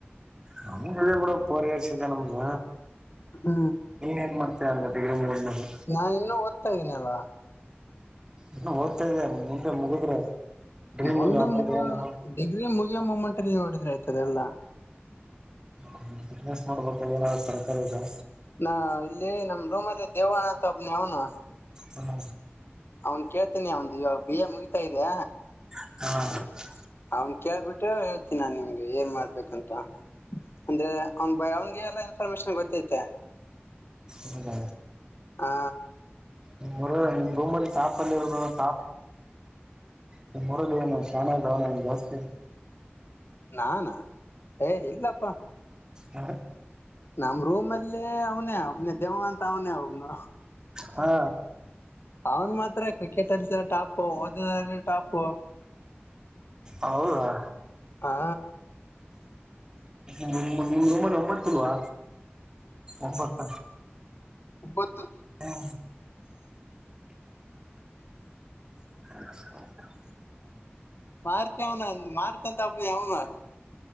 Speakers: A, on the right; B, on the left.
A: ನಮ್ ಇದೇ ಕೂಡ ಫೋರ್ ಇಯರ್ ನಮಗೆ
B: ಹೂ
A: ಇನ್ ಎನ್ ಮಾಡ್ತೀಯ ಅಂದ ಡಿಗ್ರಿ ಮುಗ್ಡ್ಮೇಲೆ
B: ನಾನ್ ಇನ್ನುೂ ಓದ್ತಾ ಇದ್ದೀನ ಅಲ್ಲಾ
A: ಇ ಓದ್ತಾ ಇದೆ ಮುಂದೆ ಮುಗಿದ್ರೆ ಡ್ರೀಮ್
B: ಮುಂದೇ
A: ಇಲ್ಲ ಮುಂದೆ
B: ಮುಗ
A: ಏನು
B: ಡಿಗ್ರಿ ಮುಗಿಯಮ್ಮಮ್ಮಂಟ ನೀವು ಹೊಡಿದ್ರೆ ಆಯ್ತದೆ ಎಲ್ಲಾ
A: ಹ ಬಿಸ್ನೆಸ್ ನೋಡ್ಬೇಕ ಏನಾವ್ ತರಕಾರಿ ಇದೆ
B: ನಾ ಇಲ್ಲಿ ನಮ್ ರೂಮ್ ಅಲ್ಲಿ ದೇವಣ ಅಂತಬ್ನಿ ಅವನು
A: ಹೂ
B: ಅವ್ನ್ ಕೇಳ್ತೇನಿ ಅವ್ ಇವಾಗ ಬಿಿಯ ಮುಗಿತಾ ಇದ್ದ
A: ಹಾ
B: ಅವ್ನ್ ಕೇಳ್ಬಿಟ್ರೆ ಹೇಳ್ತೀನ ನಾನ್ ನಿಮ್ಗೆ ಏನ್ ಮಾಡ್ಬೇಕಂತ ಅಂದ್ರೆ ಅವನ್ ಬ ಅವನ್ಿಗೆ ಎಲ್ಲಾ ಇನ್ಫಾರ್ಮೇಶನ್ ಗೊತ್ತೈತೆ
A: ಹೌದ
B: ಹಾ
A: ನಿಮ್ ರೂಮಲ್ಲಿ ತಾಪ ಅಲ್ಲಿ ಇರೋ ತಾ ನಿಮ್ಮ್ಊರಲ್ಲಿ ಏನು ಚೆ ನ್ ಜಾಸ್ತಿ
B: ನಾನ ಏ ಇಲ್ಲಪ್ಪಾ
A: ಹಾ
B: ನಮ್ ರೂಮ್ ಅಲ್ಲಿ ಅವನೇ ಒಬ್ನ ದೇವ ಅಂತ ಅವನೇ ಒಬ್ನು
A: ಹಾ
B: ಅವನ್ ಮಾತ್ರ ಕ್ರಿಕೆಟ್ ಅರ್ಸ ಟಾಪ್ ಓದಿದ ಟಾಪು
A: ಹೌದಾ
B: ಹಾ
A: ನಿಮ್ದ ಒಂಬಂದು ಒಂಬತ್ತುಲ್ವಾ ಒಂಬತ್ತ
B: ಒಂಬತ್ತು
A: ಹೂ ಹ
B: ಮಾರ್ತ ಅವನ ಅ ಮಾರ್ತಂತ ಹಬ್ಬ ಅವನು